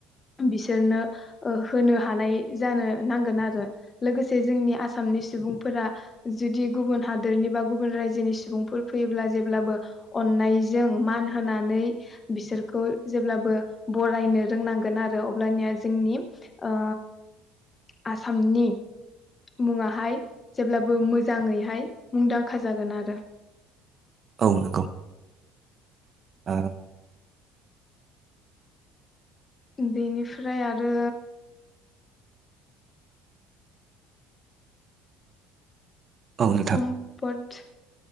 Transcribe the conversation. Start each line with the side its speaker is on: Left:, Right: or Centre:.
Left: बिसोरनो ओ होनो हानाय। जानो नांगोन आरो लोगोसे जोंनि आसामनि सुबुंफोरा जुदि गुबुन हादोरनि बा गुबुन रायजोनि सुबुंफोर फैयोब्ला जेब्लाबो अन्नायजों मान होनानै बिसोरखौ जेब्लाबो बरायनो रोंनांगोन आरो अब्लानिया जोंनि ओ। आसामनि मुङाहाय जेब्लाबो मोजाङैहाय मुंदांखा जागोन आरो।
Right: औ नंगौ। ओ।
Left: बेनिफ्राय आरो।
Right: औ नोंथां
Left: समपद।